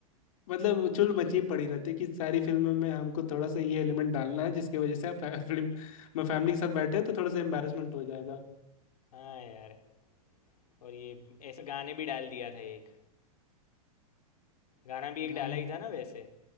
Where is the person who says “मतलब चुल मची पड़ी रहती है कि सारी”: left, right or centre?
Left